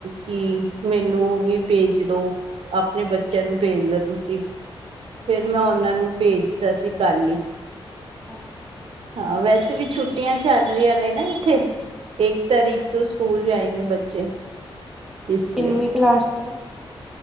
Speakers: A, on the right; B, in the centre.
A: ਕਿ ਮੈਨੂੰ ਵੀ ਭੇਜ ਦੋ ਆਪਨੇ ਬੱਚਿਆਂ ਨੂੰ ਭੇਜ ਦਿਓ ਤੁਸੀਂ। ਫੇਰ ਮੈਂ ਉਨਾਂ ਨੂੰ ਭੇਜਤਾ ਸੀ ਕੱਲ ਈ।
B: ਓਕੇ।
A: ਹਾਂ ਵੈਸੇ ਵੀ ਛੁੱਟੀਆਂ ਚੱਲ ਰਈਆਂ ਨੇ ਨਾ ਇੱਥੇ
B: ਹਮ
A: ਇੱਕ ਤਾਰੀਕ- ਤੋ ਸਕੂਲ ਜਾਏਂਗੇ ਬੱਚੇ। ਇਸ
B: ਕਿੰਨਵੀਂ
A: ਲਈ
B: ਕਲਾਸ ਚੇ।